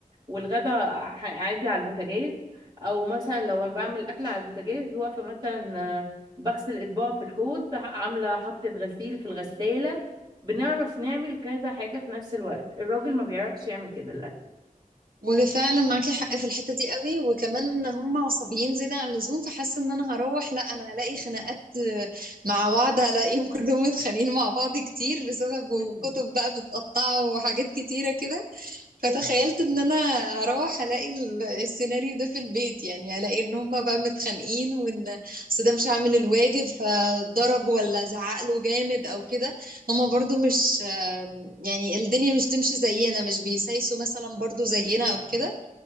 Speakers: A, on the right (about 30°); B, on the right (about 80°).
A: والغدا ع- عادي على البوتاجاز او مثلا لو بعمل اكل على البوتاجاز واقفه مثلا آه، بغسل اطباق في الحوض عامله حطة غسيل في الغسالة بنعرف نعمل كذا حاجة في نفس الوقت الراجل ما بيعرفش يعمل كده للأسف
B: وفعلا معاكي حق في الحتة دي قوي وكمان هم عصبيين زيادة عن اللزوم فحاسة ان انا هروح لا انا هلاقي خناقات آه، مع بعض هلاقيهم كلهم متخانقين مع بعض كتير بسبب
A: مم.
B: كتب بقى متقطعة وحاجات كتيرة كده فتخيلت ان انا هروح الاقي ال- السيناريو ده في البيت يعني الاقي ان هما بقى متخانقين وان أصل ده مش عامل الواجب فضرب ولا زعق له جامد او كده هما برضو مش آم، يعني الدنيا مش تمشي زينا مش بيسايسوا مثلا برضو زينا او كده